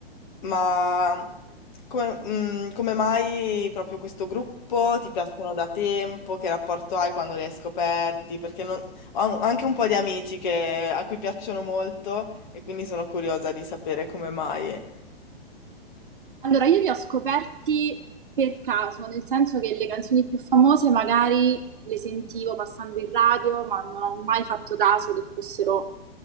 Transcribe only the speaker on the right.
Allora, io li ho scoperti per caso, nel senso che le canzoni più famose magari le sentivo passando in radio, ma non ho mai fatto caso che fossero